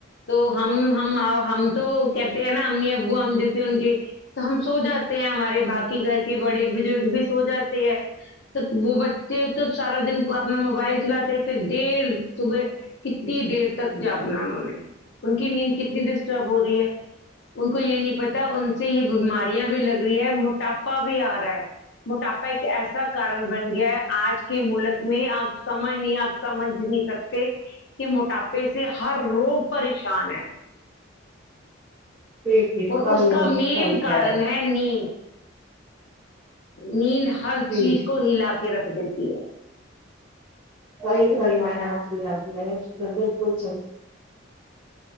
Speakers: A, on the left (about 60°); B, on the right (about 25°).
A: تو ہم ہم ہم تو کہتے ہیں نا امی ابو ہم جیسے ان کے تو ہم سو جاتے ہیں ہمارے باقی گھر کے بڑے بزرگ بھی سو جاتے ہیں تو وہ بچے تو سارا دن اپنا موبائل چلاتے ہیں پھر دیر صبح کتنی دیر تک جاگنا انہوں نے ان کی نیند کتنی ڈسٹرب ہو ہے ان کو یہ نہیں پتا ان سے یہ بیماریاں بھی لگ رہی ہے مٹ موٹاپا بھی آ رہا ہے موٹاپا ایک ایسا کارن بن گیا ہے آج کے ملک میں آپ سمجھ نہیں آپ سمجھ نہیں سکتے کہ موٹاپے سے ہر روگ پریشان ہے
B: جی جی
A: اور
B: ہم
A: اس
B: لوگ
A: کا مین
B: صحیح کہہ
A: کارن
B: رہے ہیں
A: ہے نیند نین ل <unintelligible> ہر چیز
B: جی
A: کو ہلا کے رکھ رکھ دیتی ہے <inaudible>
B: کئی گھرو ن آپ گ گھر بکل چلتی